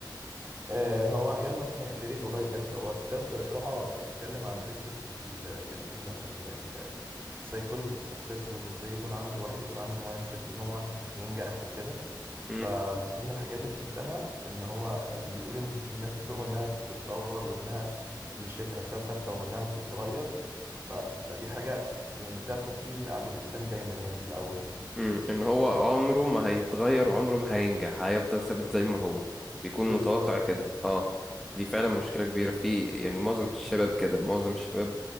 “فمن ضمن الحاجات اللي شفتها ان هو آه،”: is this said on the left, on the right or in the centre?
Right